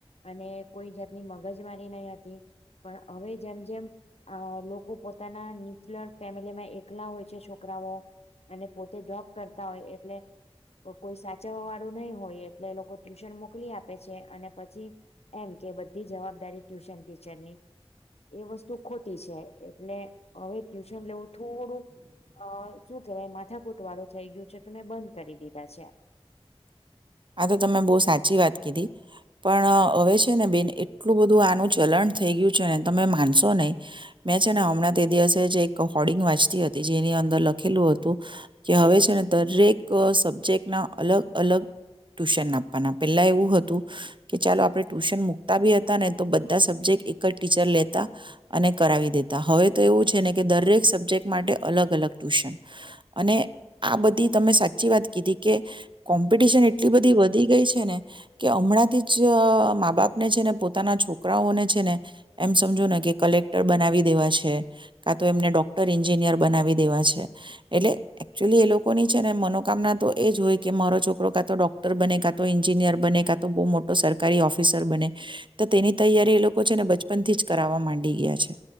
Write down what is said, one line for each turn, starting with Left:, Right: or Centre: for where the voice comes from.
Left: અને કોઈ જાતની મગજમારી નઈં હતી. પણ હવે જેમ જેમ અ લોકો પોતાના ન્યુક્લયર ફેમિલીમાં એકલા હોય છે છોકરાઓ, અને પોતે જોબ કરતા હોય એટલે ક કોઈ સા ચવવાવાળું નહીં હોય, એટલે એ લોકો ટ્યુશન મોકલી આપે છે. અને પછી એમ કે બધી જવાબદારી ટ્યુશન ટીચરની. એ વસ્તુ ખોટી છે. એટલે અવે ટ્યુશન લેવું થોડું અ શું કેવાય માથાકૂટવાળું થઈ ગ્યું છે, તો મેં બંધ કરી દીધા છે.
Right: આ તો તમે બહુ સાચી વાત કીધી. પણ અવે છે ને બેન, એટલું બધું આનું ચલણ થઈ ગ્યું છે ને, તમે માનશો નહીં. મેં છે ને હમણાં તે દિવસે જ એક હોર્ડિંગ વાંચતી હતી, જેની અંદર લખેલું હતું કે હવે છે ને દરેક સબ્જેક્ટના અલગ અલગ ટ્યુશન આપવાના. પેલ્લા એવું હતું, કે ચાલો આપણે ટ્યુશન મૂકતા બી હતા ને તો બધા સબ્જેક્ટ એક જ ટીચર લેતા, અને કરાવી દેતા. હવે તો એવું છે ને કે દરેક સબ્જેક્ટ માટે અલગ અલગ ટ્યુશન. અને આ બધી તમે સાચ્ચી વાત કીધી, કે કોમ્પિટિશન એટલી બધી વધી ગઈ છે ને, કે હમણાંથી જ મા બાપને છે ને પોતાના છોકરાઓને છે ને, એમ સમજો ને કે કલેક્ટર બનાવી દેવા છે, કાં તો એમને ડોક્ટર એન્જિનિયર બનાવી દેવા છે. એટલે એકચુલી એ લોકોની છે ને મનોકામના તો એ જ હોય કે મારો છોકરો કાં તો ડોક ટર બને કાં તો એન્જિનિયર બને, કાં તો બહુ મોટો સરકારી ઓફિસર બને. તો તેની તૈયારી એ લોકો છે ને બચપનથી જ કરાવવા માંડી ગ્યા છે.